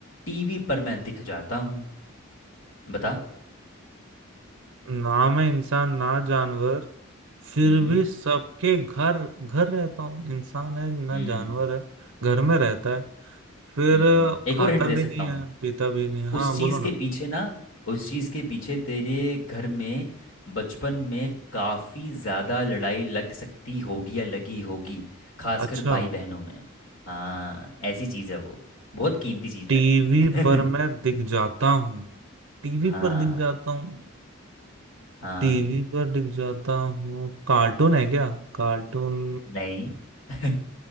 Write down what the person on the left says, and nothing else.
टीवी पर मैं दिख जाता हूँ बता
हम्म
हम्म
हम्म
एक और हिंट दे
सकता
हूँ।
उस चीज
के पीछे ना उस चीज के पीछे तेरे घर में बचपन में काफी ज्यादा लड़ाई लग सकती होगी या लगी होगी खासकर
भाई बहनों में हाँ ऐसी चीज है वो बहुत कीमती चीज
है
<laughs>
हाँ
हाँ
नहीं <laughs>